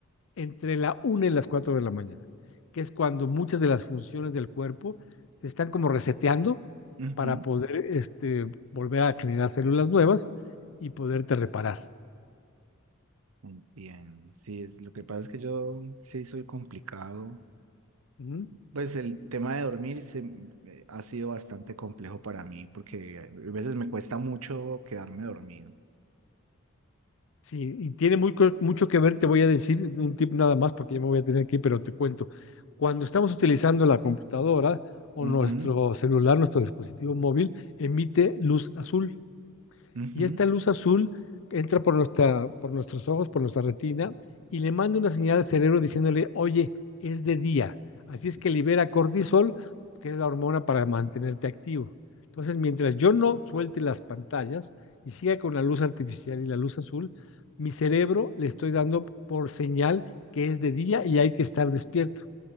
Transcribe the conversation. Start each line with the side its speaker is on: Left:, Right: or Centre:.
Left: entre la una y las cuatro de la mañana, que es cuando muchas de las funciones del cuerpo se están como reseteando
Right: Ujú,
Left: para poder este, volver a generar células nuevas y poderte reparar.
Right: Entiendo. Sí, es, lo que pasa es que yo sí soy complicado.
Left: ¿Mm?
Right: Pues el tema de dormir se, eh, ha sido bastante complejo para mí porque a veces me cuesta mucho quedarme dormido.
Left: Sí, y tiene muy co- mucho que ver, te voy a decir un tip nada más porque ya me voy a tener que ir, pero te cuento. Cuando estamos utilizando la computadora o
Right: Ujú,
Left: nuestro celular, nuestro dispositivo móvil, emite luz azul
Right: ujú,
Left: y esta luz azul entra por, nuestra, por nuestros ojos, por nuestra retina, y le manda una señal al cerebro diciéndole, oye, es de día. Así es que libera cortisol, que es la hormona para mantenerte activo. Entonces, mientras yo no suelte las pantallas y siga con la luz artificial y la luz azul, mi cerebro le estoy dando por señal que es de día y hay que estar despierto.